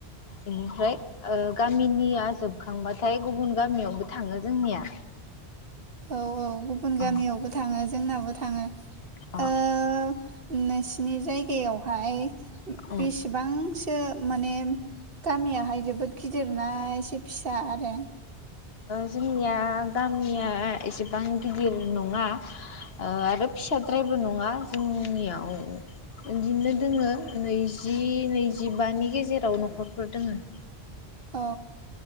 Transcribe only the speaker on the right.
औ औ गुबुन गामियावबो
थाङो जोंनाबो थाङो
। नोंसिनि जायगायावहाय
बेसेबांसो । माने गामियाहाय जोबोद गिदिरना एसे फिसा आरो ।
औ